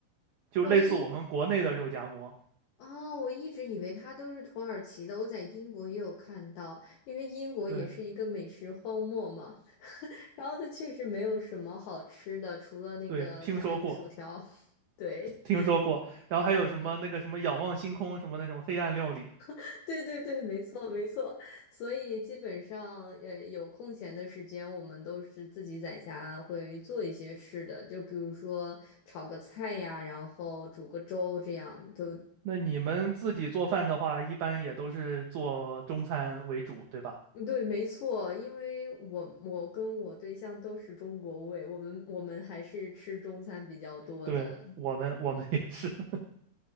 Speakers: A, on the right (about 85°); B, on the left (about 70°).
A: 就类似我们国内的肉夹馍。
B: 我一啊、我一直以为它都是土耳其的，我在英国也有看到，因为英国也是一个美食荒漠嘛，
A: 对
B: <laughs> 然后它确实没有什么好吃的，除了那个炸鱼薯条。
A: 对，听说过，
B: <laughs> 对，
A: 听说过。然后还有什么那个什么仰望星空什么那种黑暗料理。
B: 是的，是的。<laughs> 对对对，没错没错，所以基本上，呃，有空闲的时间，我们都是自己在家会做一些吃的，就比如说炒个菜呀，然后煮个粥，这样都
A: 那你们自己做饭的话，一般也都是做中餐为主，对吧？
B: 对，没错。因为我我跟我对象都是中国胃，我们我们还是吃中餐比较多的。
A: 对我们我们也是。<laughs>